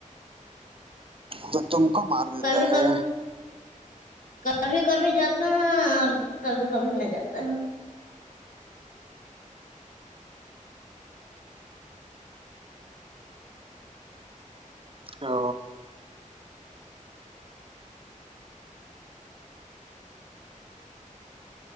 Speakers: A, on the right (about 40°); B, on the left (about 90°).
A: تو تم کو مار دیتا
B: کبھی
A: ہے
B: کبھی کبھی کبھی جاتا ہے اور کبھی کبھی نہ جاتا ہے
A: او